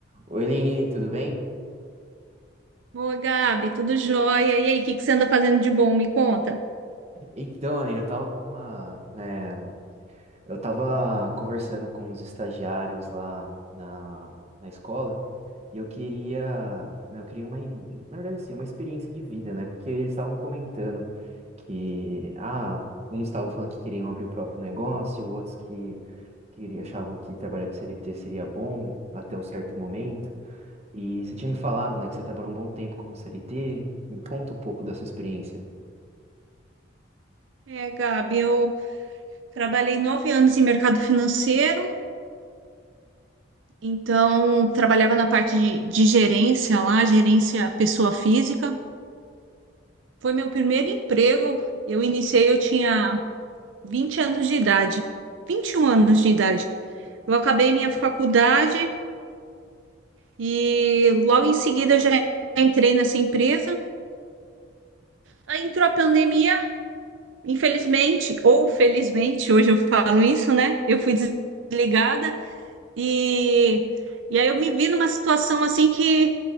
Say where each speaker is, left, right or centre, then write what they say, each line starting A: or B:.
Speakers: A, on the right; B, on the right.
A: Oi, Lini, tudo bem?
B: Ô, Gabi, tudo jóia? E aí, o que que você anda fazendo de bom? Me conta.
A: Então, Aline, eu tava com uma, né, eu tava conversando com os estagiários lá na, na escola e eu queria, né, eu queria uma, i- na verdade, assim, uma experiência de vida, né? Porque eles estavam comentando que, ah, uns estavam falando que queriam abrir o próprio negócio, outros que queria, achavam que trabalhar de CLT seria bom até um certo momento. E você tinha me falado, né, que você trabalhou um bom tempo como CLT. Conta um pouco da sua experiência.
B: É, Gabi, eu trabalhei nove anos em mercado financeiro, então trabalhava na parte de, de gerência lá, gerência pessoa física. Foi meu primeiro emprego. Eu iniciei, eu tinha 20 anos de idade, Vinte e um anos de idade. Eu acabei minha faculdade e logo em seguida eu já entrei nessa empresa. Aí entrou a pandemia Infelizmente, ou felizmente, hoje eu falo isso, né? Eu fui desligada e, e aí eu me vi numa situação assim que,